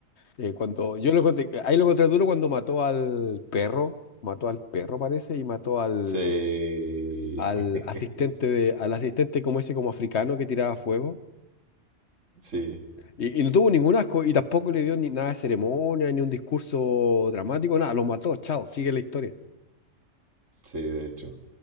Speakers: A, on the left; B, on the right.
A: eh, cuando yo lo encontré, ahí lo encontré duro cuando mató al perro, mató al perro parece y mató al
B: Sí,
A: al
B: <laughs>
A: asistente de, al asistente como ese como africano que tiraba fuego.
B: sí.
A: Y, y no tuvo ningún asco y tampoco le dio ni nada de ceremonia, ni un discurso dramático, nada, los mató, chao, sigue la historia.
B: Sí, de hecho.